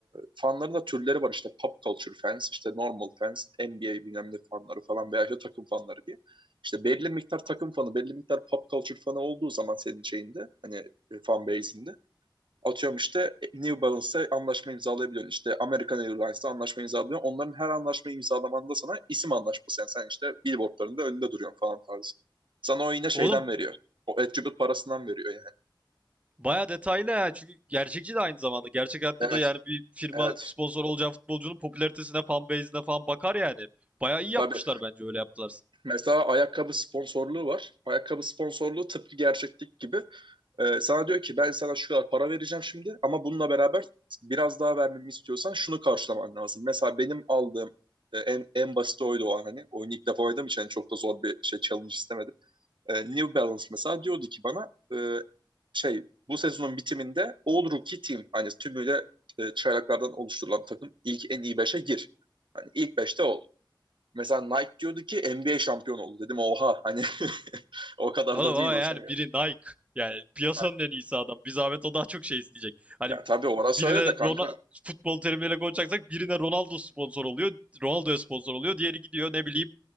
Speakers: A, on the right; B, on the right.
A: fanların da türleri var işte pop culture fans, işte normal fans, NBA bilmem ne fanları falan veya işte takım fanları diye. İşte belli miktar takım fanı, belli miktar pop culture fanı olduğu zaman senin şeyinde hani e, fan base'inde atıyorum işte e, New Balance'la anlaşma imzalayabiliyorsun. İşte American Airlines'la anlaşma imzalıyorsun. Onların her anlaşma imzalamanda sana isim anlaşması. Yani sen işte billboardlarında önünde duruyorsun falan tarzı. Sana o yine şeyden
B: Oğlum
A: veriyor. O attribute parasından veriyor yani.
B: baya detaylı ha. Çünkü gerçekçi de aynı zamanda. Gerçek hayatta
A: Evet,
B: da yani bir firma
A: evet.
B: sponsor olacağı futbolcunun popülaritesine, fan base'ine falan bakar yani. Baya iyi yapmışlar
A: Tabii.
B: bence öyle yaptılarsa.
A: Mesela ayakkabı sponsorluğu var. Ayakkabı sponsorluğu tıpkı gerçeklik gibi. Ee, sana diyor ki ben sana şu kadar para vereceğim şimdi ama bununla beraber biraz daha vermemi istiyorsan şunu karşılaman lazım. Mesela benim aldığım e, en, en basit oydu o an hani. Oyunu ilk defa oynadığım için hani çok da zor bir şey challenge istemedim. Ee, New Balance mesela diyordu ki bana e, şey bu sezonun bitiminde All Rookie Team hani tümüyle e, çaylaklardan oluşturulan takım ilk en iyi beşe gir. Hani ilk beşte ol. Mesela Nike diyordu ki NBA şampiyon oldu. Dedim oha hani <laughs> o kadar
B: Oğlum
A: da değil
B: ama
A: hocam
B: yani
A: ya.
B: biri Nike. Yani piyasanın
A: Yani,
B: en iyisi adam. Bir zahmet o daha çok şey isteyecek. Hani
A: ya tabii ona
B: birine
A: söyle de
B: Ronaldo
A: kanka.
B: futbol terimiyle konuşacaksak birine Ronaldo sponsor oluyor. Ronaldo'ya sponsor oluyor. Diğeri gidiyor ne bileyim